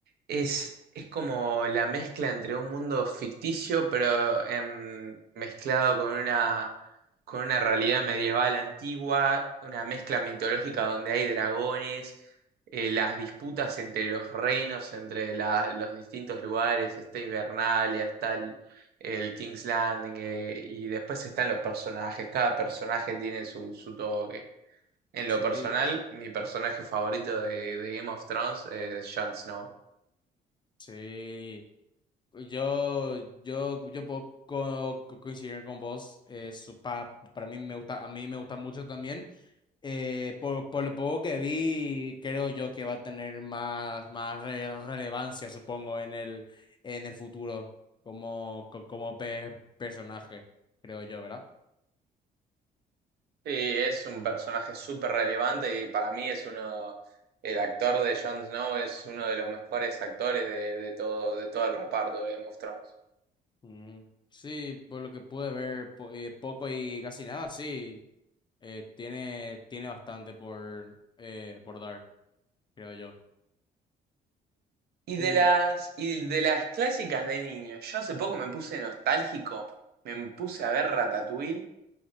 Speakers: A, on the right; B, on the left.
A: Es, es como la mezcla entre un mundo ficticio, pero en- mezclado con una con una realidad medieval antigua, una mezcla mitológica donde hay dragones, eh, las disputas entre los reinos, entre la- los distintos lugares, está Invernalia, está el, el King's Landing, eh, y después están los personajes, cada personaje tiene su, su toque. En lo
B: Sí,
A: personal, mi personaje favorito de, de Game of Thrones es Jon Snow.
B: sí. Yo, yo, yo puedo co- co- coincidir con vos. eh, su- pa- para mí me gusta, a mí me gusta mucho también. Eh, por, por lo poco que vi, creo yo que va a tener más, más re- relevancia, supongo, en el, en el futuro como, co- como pe- personaje, creo yo, ¿verdad?
A: Sí, es un personaje súper relevante y para mí es uno, el actor de Jon Snow es uno de los mejores actores de, de todo, de todo el reparto de Game of Thrones.
B: Mm, Sí, por lo que pude ver, po- eh, poco y casi nada, sí. Eh, tiene, tiene bastante por, eh, por dar, creo yo.
A: Y de
B: Eh,
A: las, y de las clásicas de niño, yo hace poco me puse nostálgico, me puse a ver Ratatouille